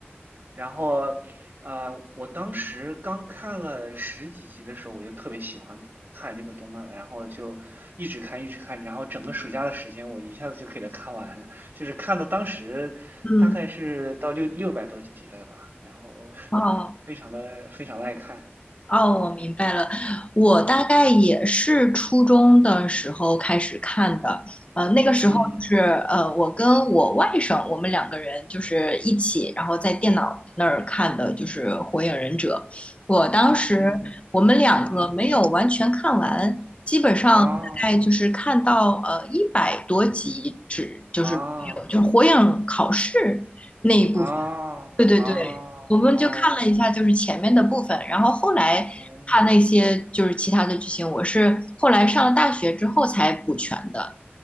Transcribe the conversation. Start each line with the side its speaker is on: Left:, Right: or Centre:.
Right: 然后，呃，我当时刚看了十几集的时候，我就特别喜欢看这个动漫了，然后就一直看，一直看，然后整个暑假的时间，我一下子就给它看完了，就是看到当时大概是到六六百多集了吧，
Left: 嗯，
Right: 然后
Left: 哦。
Right: 非常的非常的爱看，
Left: 哦，我明白了。我大概也是初中的时候开始看的，
Right: 嗯
Left: 呃，那个时候就是呃，
Right: 嗯
Left: 我跟我外甥，我们两个人就是一起，然后在电脑那儿看的，就是《火影忍者》。我当时我们两个没有完全看完，
Right: 嗯嗯，
Left: 基本上大概就是看到呃一百多集，
Right: 啊
Left: 只就是有就是火影考试那一部分。
Right: 啊啊啊哦哦哦。
Left: 对对对，我们就看了一下，就是前面的部分，然后后来他那些就是其他的剧情，
Right: 哦
Left: 我是后来上了大学之后才补全的。